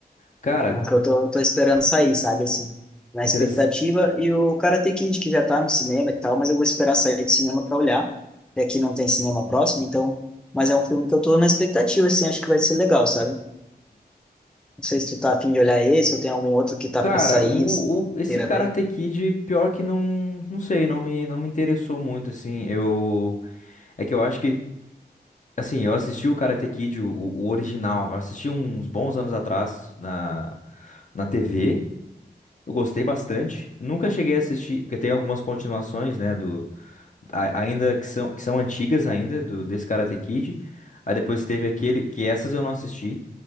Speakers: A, on the left; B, in the centre.
A: Cara,
B: É um que eu tô, tô esperando sair, sabe, assim, na
A: interessante.
B: expectativa. E o Karate Kid, que já tá no cinema e tal, mas eu vou esperar sair do cinema pra olhar. E aqui não tem cinema próximo, então... Mas é um filme que eu tô na expectativa, assim, acho que vai ser legal, sabe? Não sei se tu tá afim de olhar esse ou tem algum outro que tá
A: Cara,
B: pra sair,
A: o,
B: assim,
A: o- esse
B: queira
A: Karate
B: ver.
A: Kid, pior que não, não sei, não me, não me interessou muito, assim, eu, é que eu acho que, assim, eu assisti o Karate Kid, o, o original, eu assisti uns bons anos atrás na, na TV, eu gostei bastante, nunca cheguei a assistir, porque tem algumas continuações, né, a- ainda que são, que são antigas ainda, do, desse Karate Kid. Aí depois teve aquele, que essas eu não assisti.